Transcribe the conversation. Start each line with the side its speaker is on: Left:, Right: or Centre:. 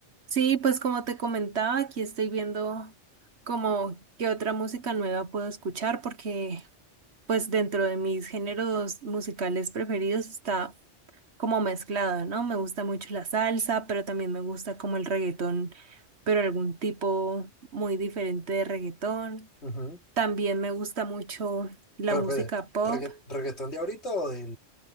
Right: Sí, pues como te comentaba, aquí estoy viendo como qué otra música nueva puedo escuchar porque pues dentro de mis géneros musicales preferidos está como mezclado, ¿no? Me gusta mucho la salsa, pero también me gusta como el reggaetón, pero algún tipo muy diferente de reggaetón.
Left: Ujú.
Right: También me gusta mucho la
Left: Pero,
Right: música
Left: espere,
Right: pop
Left: ¿regga- ¿reggaetón de ahorita o de